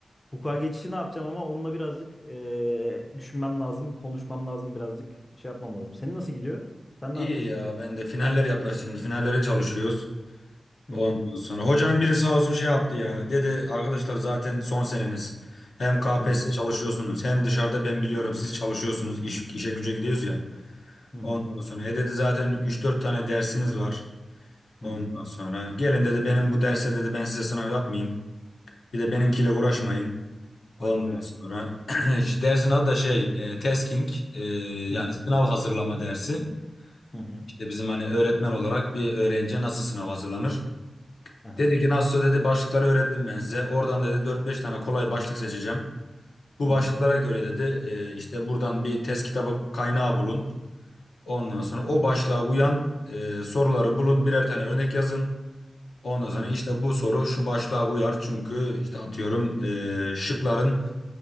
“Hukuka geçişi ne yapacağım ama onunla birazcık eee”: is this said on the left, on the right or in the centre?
Left